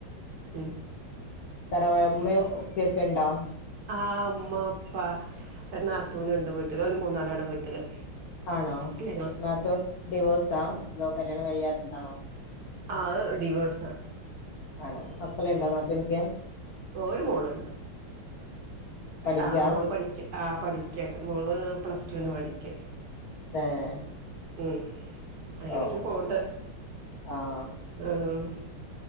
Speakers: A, on the right (about 60°); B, on the left (about 60°).
A: ഉം
B: തറ ഉമ്മീം ഉപ്പിയൊക്കെ ഉണ്ടോ
A: ആ ഉമ്മ ഉപ്പ ഒരു നാത്തൂനുണ്ട് വീട്ടില് ഒരു മൂന്നാലാണ് വീട്ടില്
B: ആണോ
A: ഞങ്ങൾ
B: നാത്തൂൻ ഡിവോഴ്സാ അതോ കല്യാണം കഴിയാത്തതാണോ
A: ആഹ് ഡിവോഴ്സാ
B: ആണോ മക്കള ഇണ്ടോ നാതൂൻക്ക്
A: ഒരു മോളുണ്ട്
B: പഠിക്കാ
A: ആ മോള് പഠിക്ക്യ ആ പഠിക്കൻ മോള് പ്ലസ് ടു ന് പഠിക്ക്യ
B: ഏഹ്
A: ഉം അങ്ങനക്ക
B: ഓ
A: പോവ്ണ്ട്
B: ആഹ്
A: ആഹ്